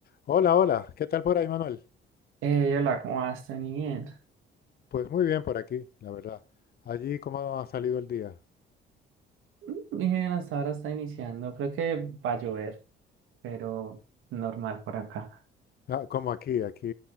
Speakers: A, on the left (about 50°); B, on the right (about 80°).
A: Hola, hola. ¿Qué tal por ahí, Manuel?
B: Eh, hola, ¿cómo vas, Tani? Bien.
A: Pues muy bien por aquí, la verdad. Allí, ¿cómo ha salido el día?
B: Mm, Bien, hasta ahora está iniciando. Creo que va a llover, pero normal por acá.
A: Ah, como aquí, aquí